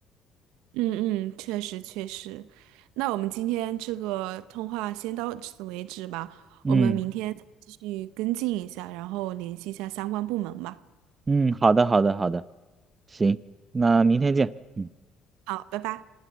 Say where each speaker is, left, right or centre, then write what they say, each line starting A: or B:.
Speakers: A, on the right; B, on the right.
A: 嗯嗯，确实确实。那我们今天这个通话先到此为止吧，
B: 嗯
A: 我们明天再继续跟进一下，然后联系一下相关部门吧。
B: 嗯，好的好的好的，行，那明天见。嗯。
A: 好，拜拜。